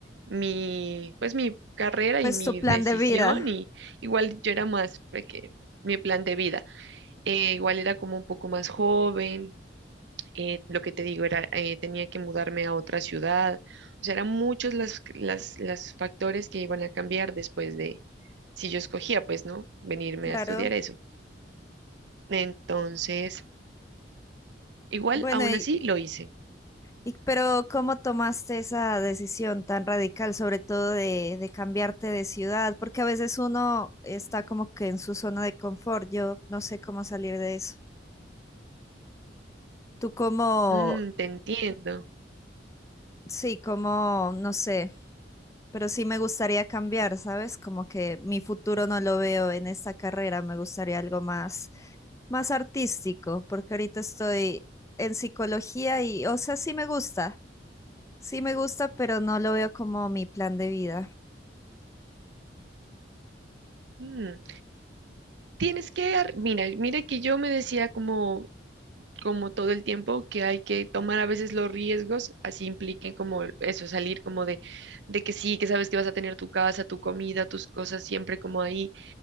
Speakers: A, on the right; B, on the left.
A: mi, pues mi carrera
B: Pues
A: y mi
B: tu plan
A: decisión
B: de vida,
A: y igual yo era más pequeña, mi plan de vida. Eh, igual era como un poco más joven, eh, lo que te digo era, eh, tenía que mudarme a otra ciudad. O sea, eran muchos los las, las las factores que iban a cambiar después de, si yo escogía, pues, ¿no? Venirme
B: claro.
A: a estudiar eso. Entonces, igual
B: Bueno,
A: aún
B: y
A: así lo hice.
B: Y, pero ¿cómo tomaste esa decisión tan radical, sobre todo de, de cambiarte de ciudad? Porque a veces uno está como que en su zona de confort. Yo no sé cómo salir de eso. Tú como,
A: Mm, te entiendo.
B: sí, como, no sé, pero sí me gustaría cambiar, ¿sabes? Como que mi futuro no lo veo en esta carrera. Me gustaría algo más, más artístico, porque ahorita estoy en psicología y, o sea, sí me gusta, sí me gusta, pero no lo veo como mi plan de vida.
A: Mm. Tienes que, ar- mira, mira que yo me decía como, como todo el tiempo que hay que tomar a veces los riesgos, así impliquen como eso, salir como de, de que sí, que sabes que vas a tener tu casa, tu comida, tus cosas siempre como ahí.